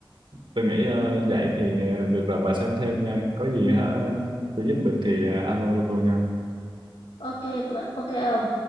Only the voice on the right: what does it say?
tôi nghĩ ờ, vậy thì được rồi bà xem thêm nha. Có gì hả, tôi giúp được thì ờ, alo cho tôi nha.